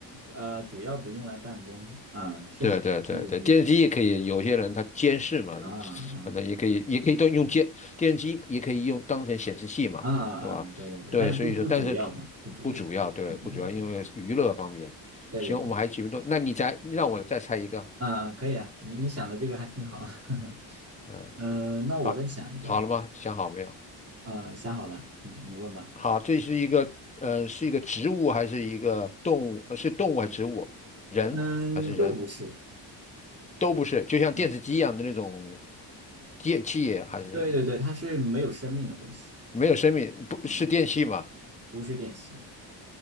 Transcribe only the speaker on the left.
对对对对，电视机也可以，
有些人他监视嘛，
反正也可以，也可以都用监电视机，也可以用当成显示器嘛，
是吧？
对，
所以说，但是
不主要，对，
不主要，因为娱乐方面。
行，我们还有几分钟，那你再让我再猜一个，
嗯，
好，好了吗？想好没有？
好，这是一个，嗯，是一个植物还是一个动物？呃是动物还是植物？人还是人？
都不是，就像电视机一样的那种
电器，还是？
没有生命，不是电器嘛？